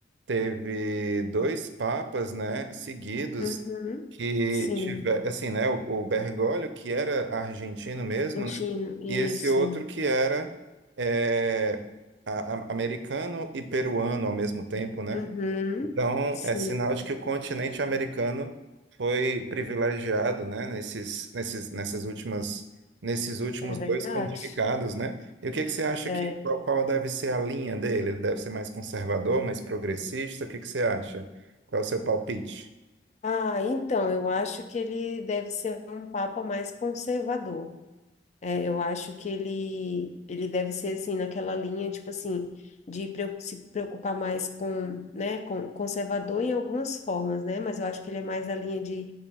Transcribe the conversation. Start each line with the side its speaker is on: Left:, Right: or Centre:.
Right: teve dois papas, né, seguidos
Left: Uhum.
Right: que
Left: Sim,
Right: tiver, assim, né, o, o Bergoglio que era argentino mesmo,
Left: argentino,
Right: né,
Left: isso.
Right: e esse outro que era é, a- a- americano e peruano ao mesmo tempo, né?
Left: Uhum.
Right: Então,
Left: Sim,
Right: é sinal de que o continente americano foi privilegiado, né, nesses, nesses, nessas últimas, nesses últimos
Left: é verdade.
Right: dois pontificados, né? E o que que você acha
Left: É.
Right: que, qual, qual deve ser a linha dele? Ele deve ser mais conservador, mais progressista? O que que você acha? Qual é o seu palpite?
Left: Ah, então, eu acho que ele deve ser um papa mais conservador. É, eu acho que ele, ele deve ser assim, naquela linha, tipo assim, de preo- se preocupar mais com, né, com conservador em algumas formas, né? Mas eu acho que ele é mais a linha de